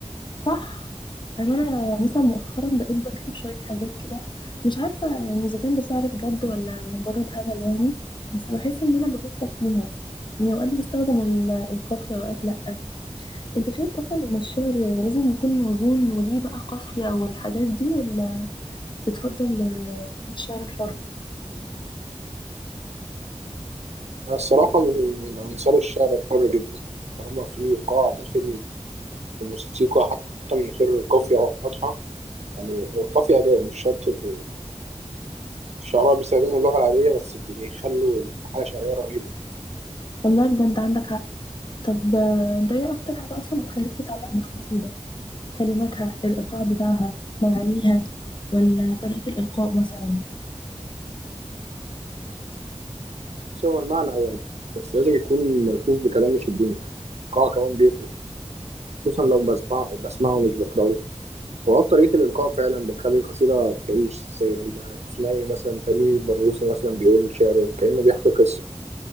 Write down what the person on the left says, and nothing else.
صح يعني انا مثلا مؤخرا بقيت بكتب شويه حاجات كده مش عارفه يعني اذا كان ده سعر بجد ولا مجرد هبل يعني بس بحس ان انا بفضفض فيهم يعني اوقات بستخدم ال- القافيه واوقات لا انت شايف اصلا ان الشعر لازم يكون موزون وليه بقى قافيه والحاجات دي ولا بتفضل آه، الشعر الحر
والله بجد عندك حق طب آه، انت ايه اكتر حاجه اصلا بتخليك تتعلق بالقصيده كلماتها الايقاع بتاعها معانيها ولا طريقه الالقاء مثلا